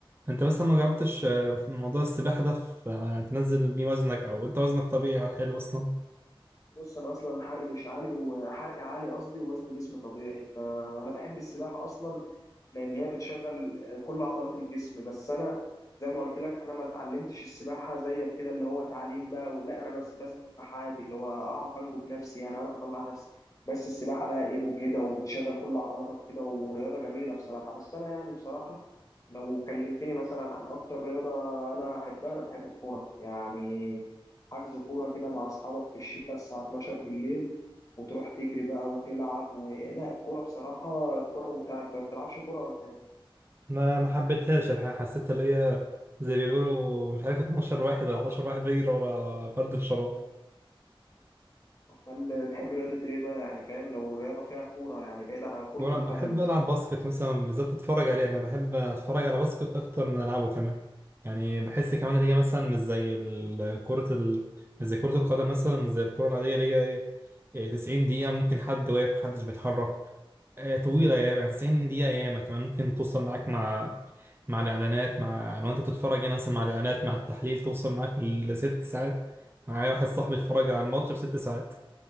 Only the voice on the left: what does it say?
بص انا اصلا حرقي مش عالي وحرقي عالي قصدي ووزن جسمي طبيعي فانا بحب السباحه اصلا لان هي بتشغل كل عضلات الجسم بس انا زي ما قلت لك انا ما اتعلمتش السباحه زيك كده اللي هو تعليم بقى ولا انا بس بسبح عادي اللي هو اعرف انجو بنفسي يعني اعرف اطلع نفسي بس السباحه بقى ايه مجهده وبتشغل كل عضلاتك كده ورياضه جميله بصراحه بس انا يعني بصراحه لو كلمتني مثلا عن اكتر رياضه انا احبها انا بحب الكوره يعني حجز كورة كده مع أصحابك في الشتاء الساعة 12 بالليل وتروح تجري بقى وتلعب و... لا الكورة بصراحة الكورة ممتعة أنت ما بتلعبش كورة ولا إيه؟
أمال تحب رياضة إيه بقى يعني فاهم لو الرياضة فيها كورة يعني بعيدا عن كرة
القدم